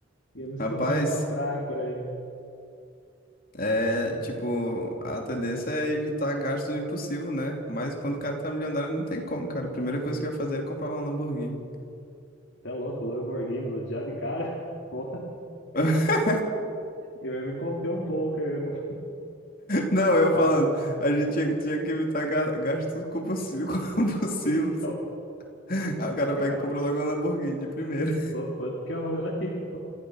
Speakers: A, on the left (about 65°); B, on the left (about 50°).
A: Ia me esconder
B: Rapaz,
A: numa praia por aí.
B: é tipo, a tendência é evitar gasto impossível, né? Mas quando o cara tá milionário, não tem como, cara. A primeira coisa que eu ia fazer era comprar uma Lamborghini.
A: Você é louco? Lamborghini, já de cara? <laughs> Porra,
B: <laughs>
A: eu ia me conter um pouco. Eu ia comprar.
B: Não, eu
A: <laughs>
B: falando, a gente tinha, que tinha que evitar ga- gastos compulsivos. <laughs> compulsivos.
A: Então,
B: Aí o cara
A: cara,
B: pega e compra logo uma Lamborghini de primeira.
A: pô, quanto que é uma. <laughs>